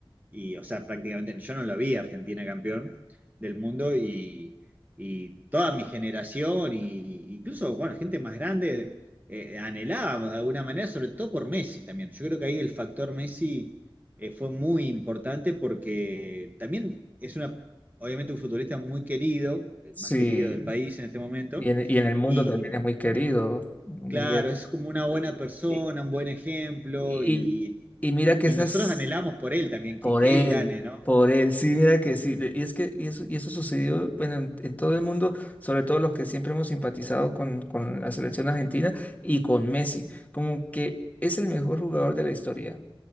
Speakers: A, on the right (about 20°); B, on the left (about 15°).
A: y, o sea, prácticamente yo no lo vi a Argentina campeón del mundo y, y toda mi generación, y, incluso, bueno, gente más grande, eh, anhelábamos de alguna manera, sobre todo por Messi también. Yo creo que ahí el factor Messi eh, fue muy importante porque también es una, obviamente un futbolista muy querido, el
B: Sí,
A: más querido del país en este momento,
B: y en, y en el mundo
A: y
B: también es muy querido, Miguel.
A: claro, es como una buena
B: Y,
A: persona,
B: y-
A: un buen ejemplo,
B: y-
A: y,
B: y mira que
A: y
B: esas...
A: nosotros anhelamos por él también, que,
B: Por
A: que
B: él,
A: él gane, ¿no?
B: por él, sí, mira que sí, de- y es que y eso, y eso sucedió, bueno, en, en todo el mundo, sobre todo los que siempre hemos simpatizado con, con la selección argentina y con Messi, como que es el mejor jugador de la historia,